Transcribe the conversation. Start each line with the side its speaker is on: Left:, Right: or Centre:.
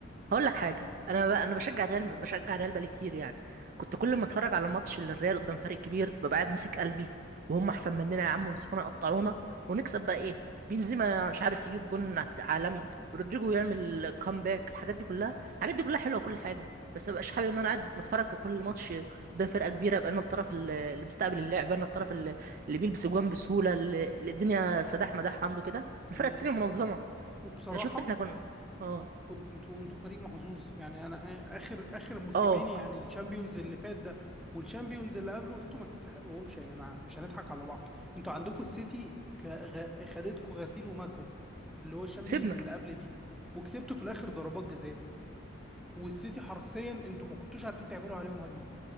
Right: هقول لك حاجه انا ب... انا بشجع الريال بشجع الريال بقالي كتير يعني كنت كل ما اتفرج على ماتش للريال قدام فريق كبير ببقى قاعد ماسك قلبي وهم احسن مننا يا عم ويمسكونا يقطعونا ونكسب بقى ايه بنزيما مش عارف يجيب جون عالمي رودريجو يعمل كامباك الحاجات دي كلها الحاجات دي كلها حلوه وكل حاجه بس مبقاش حابب ان انا قاعد بتفرج في كل ماتش قدام فرقه كبيره ابقى انا الطرف ال- اللي بيستقبل اللعب انا الطرف ال- اللي بيلبس جوان بسهوله اللي اللي الدنيا سداح مداح عنده كده الفرقه
Centre: قول
Right: التانيه منظمه
Centre: وبصراحة
Right: يعني شفت احنا كنا اه
Centre: انتوا انتوا انتوا فريق محظوظ يعني انا اخر اخر موسمين
Right: اه
Centre: يعني الشامبيونز اللي فات ده والشامبيونز اللي قبله انتوا ما تستحقوهمش يا جماعة مش هنضحك على بعض انتوا عندكم السيتي ك- غ- خدتكوا غسيل ومكوى في اللي هو الشامبيونز
Right: كسبنا
Centre: اللي قبل دي وكسبتوا في الاخر ضربات جزاء والسيتي حرفيا انتوا ما كنتوش عارفين تعملوا عليهم هجمة